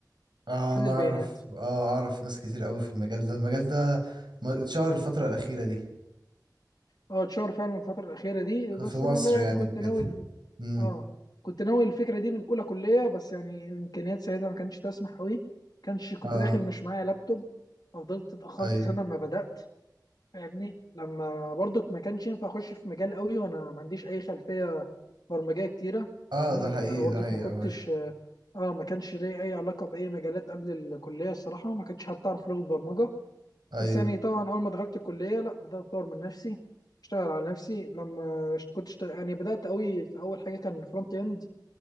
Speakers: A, on the right; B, on the left.
A: اه
B: حل
A: انا
B: البيانات
A: اعرف اه اعرف ناس كتير قوي في المجال ده المجال ده م- اتشهر الفترة الأخيرة دي
B: اه اتشهر فعلا الفترة الأخيرة دي بس
A: في مصر
B: أنا والله يعني
A: يعني
B: كنت
A: وكده
B: ناوي
A: امم
B: اه كنت ناوي الفكرة دي من أولى كلية بس يعني إمكانيات سيدة ما كانتش تسمح أوي كانش كنت
A: اه
B: داخل مش معايا لابتوب ففضلت اتأخرت
A: ايوه
B: سنة ما بدأت فاهمني لما برضك ما كانش ينفع اخش في مجال قوي وانا ما عنديش اي خلفيه برمجيه كتيره
A: اه
B: فاهمني
A: ده حقيقي
B: لان انا برضك
A: ده حقيقي
B: ما كنتش
A: أوي.
B: اه ما كانش ليا اي علاقه باي مجالات قبل الكليه الصراحه ما كنتش حتى اعرف لغه برمجه
A: ايوه
B: بس يعني طبعا اول ما دخلت الكليه لا بدات اطور من نفسي اشتغل على نفسي لما اشت- كنت اشتغل يعني بدات قوي في اول حاجه كان فرونت اند